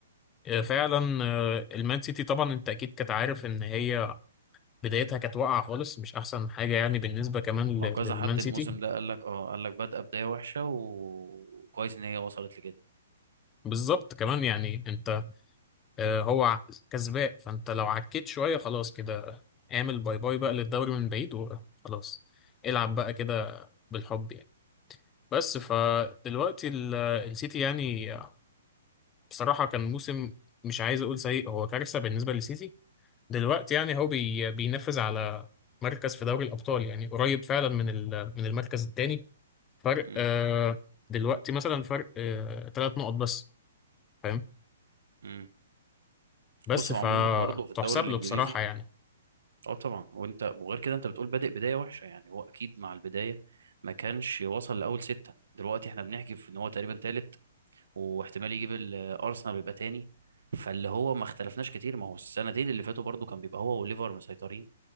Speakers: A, on the left; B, on the right.
A: آه فعلا آه المان سيتي طبعا انت اكيد كنت عارف ان هي بدايتها كانت واقعه خالص مش احسن حاجه يعني بالنسبه كمان لل-
B: ما هو كذا
A: للمان
B: حد
A: سيتي
B: الموسم ده قال لك اه قال لك بادئه بدايه وحشه و- وكويس ان هي وصلت لكده
A: بالظبط كمان يعني انت آه، هو كسبان فانت لو عكيت شوية خلاص كده اعمل باي باي بقى للدوري من بعيد وخلاص العب بقى كده بالحب يعني بس فدلوقتي ال- السيتي يعني بصراحة كان موسم مش عايز اقول سيء هو كارثة بالنسبة للسيتي دلوقتي يعني هو بي بينفذ على مركز في دوري الأبطال يعني قريب فعلا من ال- من المركز الثاني فرق
B: امم
A: آه، دلوقتي مثلا فرق ثلاث نقط بس فاهم
B: امم
A: بس
B: بص هو
A: فتحسب
B: عموما برضه في الدوري الانجليزي
A: له بصراحة يعني
B: اه طبعا وانت وغير كده انت بتقول بادئ بدايه وحشه يعني هو اكيد مع البدايه ما كانش وصل لاول سته دلوقتي احنا بنحكي في ان هو تقريبا تالت واحتمال يجيب الارسنال ويبقى تاني فاللي هو ما اختلفناش كتير ما هو السنتين اللي فاتوا برضو كان بيبقى هو والليفر مسيطرين